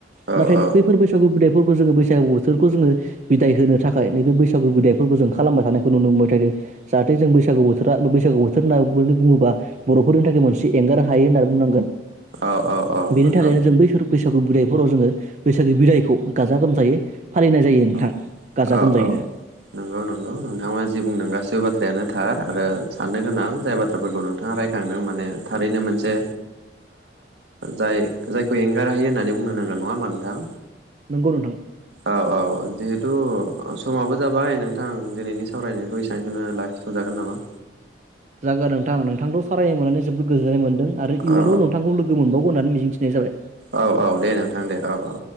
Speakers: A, on the right (about 80°); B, on the right (about 40°).
A: औ
B: नाथाय
A: औ
B: बेफोर बैसागु बिदाय फोरखौ जोङो बैसागु बोथोरखौ जोङो बिदाय होनो थाखाय नैबे बैसागु बिदायफोरखौ जों खालामबाय थानायखौ नुनो मोनबाय थायो जाहाथे जों बैसागु बोथोरा बैसागु बोथोर होन्ना नो बुङोबा बर'फोरनि थाखाय मोनसे एंगार हायो होननानै बुंनांगोन।
A: औ औ औ
B: बेनि
A: नंगौ
B: थाखायनो जों बैसोर बैसागु बिदायफोराव जोङो बैसागु बिदायखौ गाजा गोमजायै फालिनाय जायो नोंथां
A: औ
B: गाजा
A: औ
B: गोमजायैनो
A: औ नंगौ नंगौ नोंथाङा जि बुंदों गासिबो बाथ्रायानो थार आरो साननो गोनां जाय बाथ्राफोरखौ नोंथाङा रायखांदों माने थारैनो मोनसे जाय जायखौ एंगारहयो होननानै बुंनो नांगोन नङा होमा नोंथां।
B: नोंगौ नोंथां
A: औ औ जिहेथु समाबो जाबाय नोंथां दिनैनि सावरायनायखौ एसेबांखिनियावनो लाखिथ'जागोन नामा?
B: जागोन नोंथां नोंथांद' सावरायनो मोननानै जोबोद गोजोननाय मोनदों। आरो इयुनाव
A: औ
B: नोंथांखौ लोगो मोनबावौ होननानै मिजिंथि नाय जाबाय।
A: औ औ दे नोंथां दे औ औ